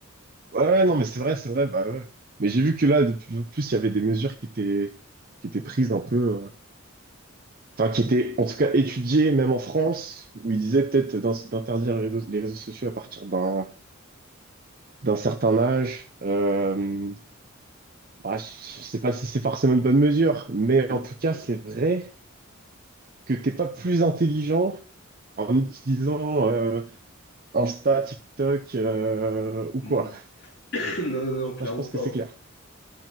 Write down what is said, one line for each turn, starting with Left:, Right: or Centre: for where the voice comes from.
Right: Ouais, ouais, non, mais c'est vrai, c'est vrai, bah ouais. Mais j'ai vu que là, de plus en plus, il y avait des mesures qui étaient, qui étaient prises un peu, euh, enfin, qui étaient en tout cas étudiées, même en France, où ils disaient peut-être d'in- d'interdire les réseaux, les réseaux sociaux à partir d'un, d'un certain âge. Euh, bah, je sais pas si c'est forcément une bonne mesure, mais
Left: Ouh.
Right: en tout cas, c'est vrai que t'es pas plus intelligent en utilisant euh, Insta, TikTok euh, ou
Left: Mm,
Right: quoi.
Left: mm. <coughs> <clears throat> Non, non, non, clairement
Right: Ça, je pense
Left: pas.
Right: que c'est
Left: hein.
Right: clair.